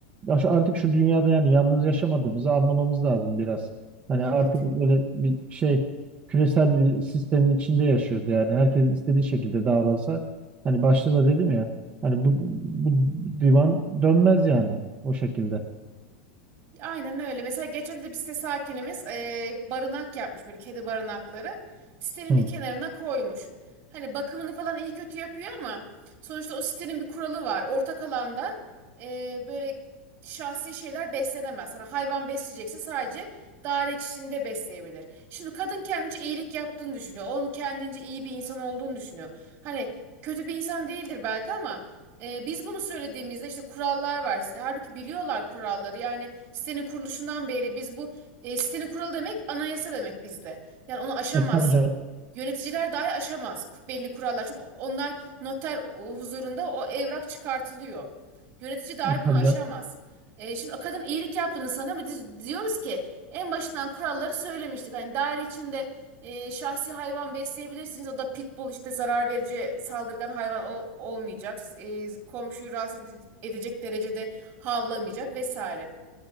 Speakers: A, on the right (about 25°); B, on the right (about 45°).
A: ya şu- artık şu dünyada yani yalnız yaşamadığımızı anlamamız lazım biraz. Hani
B: evet.
A: artık böyle bir şey küresel bir sistemin içinde yaşıyoruz yani. Herkes istediği şekilde davransa hani başta da dedim ya hani bu bu divan dönmez yani. O şekilde.
B: Aynen öyle. Mesela geçen de bir site sakinimiz eee, barınak yapmış böyle kedi barınakları. Sitenin
A: Hı.
B: bir kenarına koymuş. Hani bakımını falan iyi kötü yapıyor ama sonuçta o sitenin bir kuralı var. Ortak alanda eee, böyle şahsi şeyler beslenemez. Hani hayvan besleyecekse sadece daire içinde besleyebilir. Şimdi kadın kendince iyilik yaptığını düşünüyor. Onun kendince iyi bir insan olduğunu düşünüyor. Hani kötü bir insan değildir belki ama ee, biz bunu söylediğimizde işte kurallar var. Halbuki biliyorlar kuralları. Yani sitenin kuruluşundan beri biz bu e, sitenin kuralı demek anayasa demek bizde. Yani onu aşamazsın.
A: E, tabii canım.
B: Yöneticiler dahi aşamaz belli kurallar. Çünkü onlar noter huzurunda o evrak çıkartılıyor. Yönetici dahi
A: E,
B: bunu
A: tabii
B: aşamaz.
A: canım.
B: E, şimdi o kadın iyilik yaptığını sana mı Biz diyoruz ki en başından kuralları söylemiştik. Hani daire içinde e, şahsi hayvan besleyebilirsiniz. O da pitbull işte zarar verici saldırgan hayvan ol- olmayacak. E, komşuyu rahatsız edecek derecede havlamayacak vesaire.